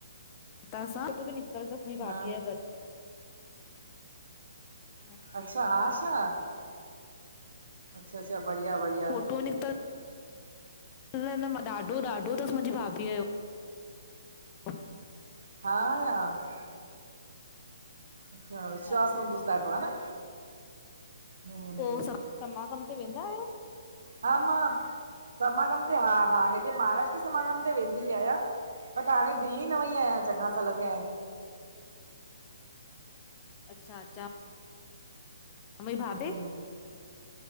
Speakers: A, on the left; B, on the right.
A: पुट बि निकतल अथस मुंहिंजी भाभीअ
B: हा
A: आहे ॻॾ।
B: अच्छा हा छा। अच्छा अच्छा बढ़िया बढ़या।
A: टनिकत -- न न मां ॾाढो ॾाढो अथस मुंहिंजी भाभीअ जो। बठ --
B: हा -- अच्छा विश्वास
A: हा
B: हुदुंस ॾाढो हा न। हम्म
A: पो
B: हम्म
A: स समागम ते वेंदा आयो?
B: हा मां समागम ते हा हा हेॾे महाराष्ट्र समागम ते वेंदी आयां। बट हाणे दिल्ली न वई आयां चङा साल थिया आहिन।
A: अच्छा अच्छा। मुजी भाभी,
B: हम्म हम्म